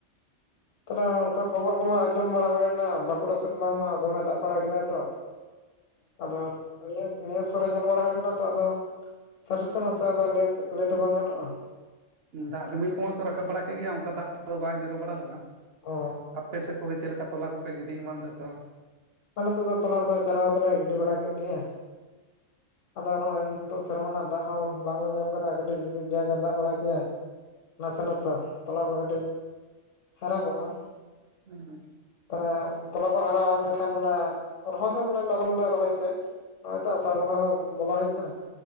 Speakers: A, on the left; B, on the right.
A: ᱛᱟᱦᱚᱞᱮ ᱚᱱᱠᱟ ᱠᱷᱚᱵᱚᱨ ᱠᱚᱢᱟ ᱟᱸᱡᱚᱢ ᱵᱟᱲᱟ ᱦᱩᱭᱱᱟ ᱵᱟᱸᱠᱩᱲᱟ ᱥᱮᱱ ᱵᱟᱝᱢᱟ ᱫᱚᱢᱮ ᱫᱟᱜ ᱵᱟᱲᱟ ᱠᱮᱫᱟ ᱛᱚ ᱟᱫᱚ ᱱᱤᱭᱟᱹ ᱱᱤᱭᱟᱹ ᱥᱳᱨ ᱨᱮ ᱧᱮᱞ ᱵᱟᱲᱟ ᱦᱩᱭ ᱞᱮᱱᱟ ᱛᱚ ᱟᱫᱚ ᱥᱟᱹᱨᱤ ᱥᱮ ᱱᱟᱥᱮ ᱟᱫᱚ ᱞᱟᱹᱭ ᱫᱚ ᱵᱟᱝ ᱜᱟᱱᱚᱜᱼᱟ
B: ᱫᱟᱜ ᱨᱤᱢᱤᱞ ᱠᱚᱢᱟ ᱛᱚ ᱨᱟᱠᱟᱵ ᱵᱟᱲᱟ ᱠᱮᱫ ᱜᱮᱭᱟ ᱚᱱᱠᱟ ᱫᱟᱜ ᱠᱚᱫᱚ ᱵᱟᱝ ᱡᱚᱨᱚ ᱵᱟᱲᱟ ᱞᱮᱱᱟ
A: ᱚ
B: ᱟᱯᱮ ᱥᱮᱫ ᱠᱚᱜᱮ ᱪᱮᱫ ᱞᱮᱠᱟ ᱛᱚᱞᱟ ᱠᱚᱯᱮ ᱜᱤᱰᱤ ᱮᱢᱟᱱ ᱫᱟ ᱥᱮ ᱵᱟᱝ
A: ᱟᱞᱮ ᱥᱮᱫ ᱫᱚ ᱛᱚᱞᱟ ᱠᱟᱫᱚ ᱪᱟᱨᱟ ᱠᱟᱫᱚ ᱞᱮ ᱜᱤᱰᱤ ᱵᱟᱲᱟ ᱠᱮᱫ ᱜᱮᱭᱟ ᱟᱫᱚ ᱱᱚᱜᱼᱚᱭ ᱱᱤᱛᱚᱜ ᱥᱮᱨᱢᱟ ᱨᱮᱱᱟᱜ ᱫᱟᱜ ᱦᱚᱸ ᱵᱟᱝᱞᱮ ᱧᱟᱢ ᱠᱟᱫᱟ ᱠᱟᱹᱴᱤᱡ ᱡᱩᱫᱤ ᱡᱟᱜᱮ ᱫᱟᱜ ᱵᱟᱲᱟ ᱠᱮᱭᱟᱭ ᱱᱟᱥᱮ ᱱᱟᱥᱮ ᱛᱚᱞᱟ ᱠᱚ ᱠᱟᱹᱴᱤᱡ ᱦᱟᱨᱟ ᱠᱚᱜᱼᱟ᱾
B: ᱦᱩᱸᱻ
A: ᱛᱟᱨᱮ ᱛᱚᱞᱟ ᱠᱚ ᱦᱟᱨᱟ ᱞᱮᱱᱠᱷᱟᱱ ᱢᱟᱱᱮ ᱨᱚᱦᱚᱭ ᱦᱚᱸ ᱢᱟᱱᱮ ᱞᱚᱜᱚᱱ ᱞᱮ ᱨᱚᱦᱚᱭ ᱠᱟᱭᱟ᱾ ᱱᱚᱜ ᱚᱭ ᱛᱚ ᱟᱥᱟᱲ ᱵᱚᱸᱜᱟ ᱦᱚᱸ ᱵᱚᱞᱚ ᱦᱮᱡ ᱮ ᱱᱟ ᱾